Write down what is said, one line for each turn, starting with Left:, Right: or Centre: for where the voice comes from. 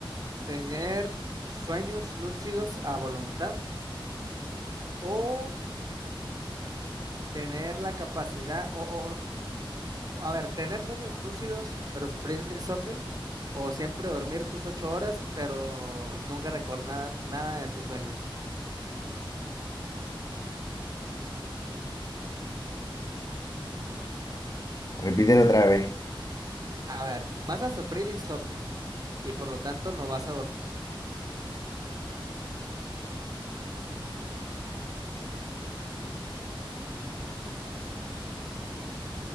Right: tener sueños lúcidos a voluntad o tener la capacidad o, A ver, tener sueños lúcidos, pero sufrir de insomnio, o siempre dormir tus ocho horas, pero nunca recordar nada de tus sueños.
Left: Repítelo otra vez.
Right: A ver, vas a sufrir insomnio y por lo tanto no vas a dormir,